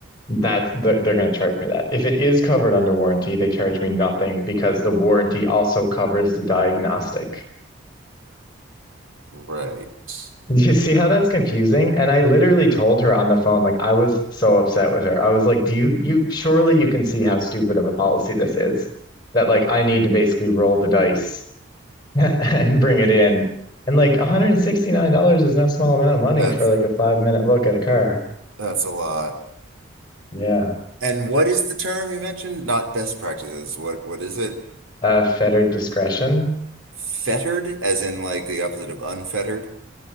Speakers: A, on the left; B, on the right.
A: that's they're, they're going to charge me that. If it is covered under warranty, they charge me nothing because the warranty also covers the diagnostic.
B: Right.
A: Do you see how that's confusing? And I literally told her on the phone, like I was so upset with her. I was like, "Do you you surely you can see how stupid of a policy this is that like I need to basically roll the dice <laughs> and bring it in." And like $169 is no small amount of money
B: That's
A: for like a five minute look at a car.
B: that's a lot.
A: Yeah.
B: And what is the term you mentioned? Not best practices. What what is it?
A: Uh, fettered discretion.
B: Fettered, as in like the opposite of unfettered?